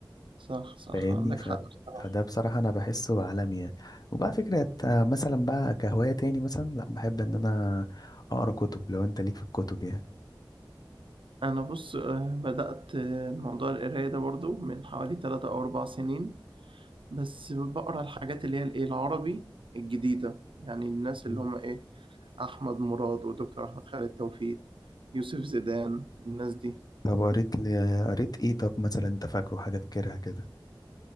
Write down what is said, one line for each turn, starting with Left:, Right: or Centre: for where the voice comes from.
Right: صح صح
Left: فاهمني
Right: عندك
Left: ف...
Right: حق بصراحة.
Left: فده بصراحة أنا بحسه عالمي يعني وبقى فكرة آه، مثلا بقى كهواية تاني مثلا لأ بحب إن أنا أقرأ كتب لو أنت ليك في الكتب
Right: انا بص آه، بدأت آه، الموضوع القراية ده برضو من حوالي 3 او 4 سنين بس بقرا الحاجات اللي هي الايه العربي الجديدة يعني الناس اللي
Left: يعني
Right: هم ايه احمد مراد ودكتور احمد خالد توفيق يوسف زيدان الناس دي
Left: طب قريت لي قريت ايه طب مثلا انت فاكره حاجة فاكرها كده